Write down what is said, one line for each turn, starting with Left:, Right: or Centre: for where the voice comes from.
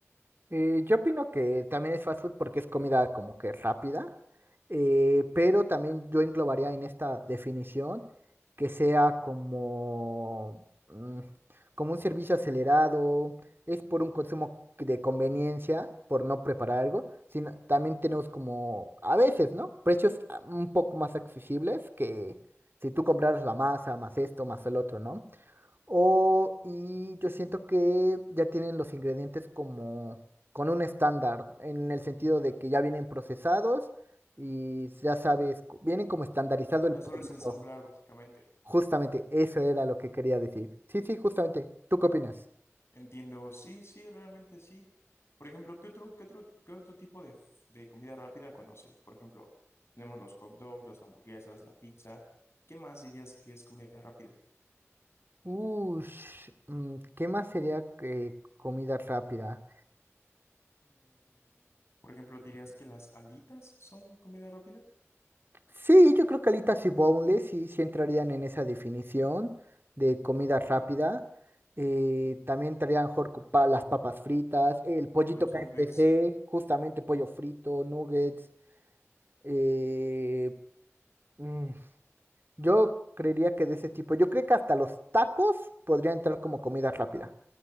Right: Eh, yo opino que también es fast food porque es comida como que rápida, eh, pero también yo englobaría en esta definición que sea como, mm, como un servicio acelerado, es por un consumo que- de conveniencia, por no preparar algo, sino también tenemos como, a veces, ¿no? Precios ah, un poco más accesibles que si tú compraras la masa, más esto, más el otro, ¿no? O, y yo siento que ya tienen los ingredientes como con un estándar, en el sentido de que ya vienen procesados y ya sabes, co- vienen como estandarizado el
Left: Ya
Right: producto.
Left: solo es ensamblar, básicamente.
Right: Justamente eso era lo que quería decir. Sí, sí, justamente. ¿Tú qué opinas?
Left: Entiendo, sí, sí, realmente sí. Por ejemplo, ¿qué otro, qué otro, qué otro tipo de, f- de comida rápida conoces? Por ejemplo, tenemos los hot dogs, las hamburguesas, la pizza. ¿Qué más dirías que es comida rápida?
Right: Ush, mm, ¿qué más sería que comida rápida?
Left: Por ejemplo, ¿dirías que las alitas son comida rápida?
Right: Sí, yo creo que alitas y boneless sí, sí entrarían en esa definición de comida rápida. Eh, también entrarían a lo mejor co- pa- las papas fritas, el pollito
Left: Los
Right: KFC,
Left: nuggets,
Right: justamente pollo frito, nuggets. eh, mm, yo creería que de ese tipo. Yo creo que hasta los tacos podrían entrar como comida rápida.